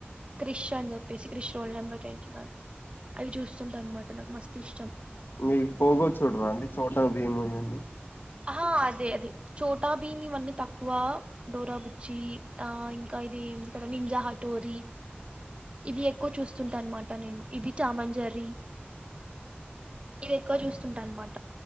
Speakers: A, on the right (about 30°); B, on the left (about 55°).
A: క్రిష్ అని చెప్పేసి Krish roll number twenty one అవి చూస్త అన్నమాట మాట నాకు మస్త్ ఇష్టం
B: మీకు పోగొ చూడరా అండి చోట భీమువీ
A: ఆ అదే అదే చోటా బిమి ఇవన్నీ తక్కువ డోరాబుచ్చి ఆ ఇ ఇదిద నింజా హటోరి ఇవి ఎక్కువ చూస్తుంటా అన్నమాట నేను ఇవి టామ్ అండ్ జెర్రీ ఇది ఎక్కువ చూస్తుంట అన్నమాట